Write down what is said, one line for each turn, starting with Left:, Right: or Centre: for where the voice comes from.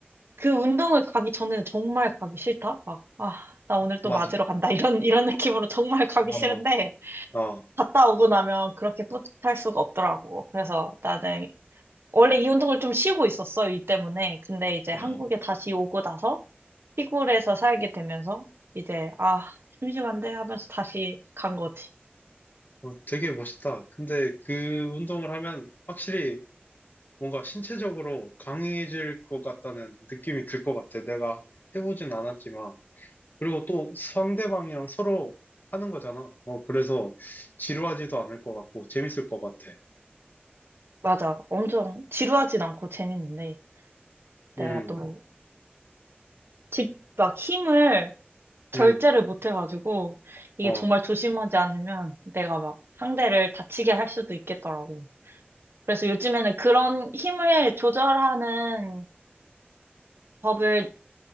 Right: 그 운동을 가기 전에는 정말 가기 싫다. 막, 아, 나 오늘 또
Left: 맞아.
Right: 맞으러 간다. 이런, 이런 느낌으로 정말 가기
Left: 어,
Right: 싫은데
Left: 어,
Right: 갔다 오고 나면 그렇게 뿌듯할 수가 없더라고. 그래서 나는 원래 이 운동을 좀 쉬고 있었어, 일 때문에. 근데 이제
Left: 어.
Right: 한국에 다시 오고 나서 시골에서 살게 되면서 이제 아, 심심한데 하면서 다시 간 거지.
Left: 어, 되게 멋있다. 근데 그 운동을 하면 확실히 뭔가 신체적으로 강해질 것 같다는 느낌이 들 것 같아. 내가 해보진 않았지만. 그리고 또 상대방이랑 서로 하는 거잖아. 어, 그래서 지루하지도 않을 것 같고 재밌을 것 같아.
Right: 맞아. 엄청 지루하진 않고 재밌는데 내가
Left: 음,
Right: 또 집 막 힘을 절제를
Left: 음,
Right: 못 해가지고 이게
Left: 어,
Right: 정말 조심하지 않으면 내가 막 상대를 다치게 할 수도 있겠더라고. 그래서 요즘에는 그런 힘을 조절하는 법을